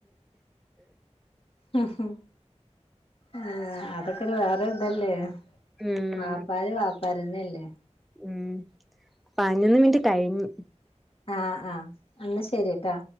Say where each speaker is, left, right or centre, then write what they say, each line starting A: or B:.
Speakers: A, on the left; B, in the centre.
A: മ്മ്മ് ആ അതൊക്കെരു വേറെ ഇതല്ലേ
B: ഉം
A: വാപ്പാരി വാപ്പാരിന്നെല്ലേ?
B: ഉം പതിനൊന്ന് മിനിറ്റ് കഴിഞ്ഞു
A: ആഹ ആഹ് എന്നാ ശരി ട്ടാ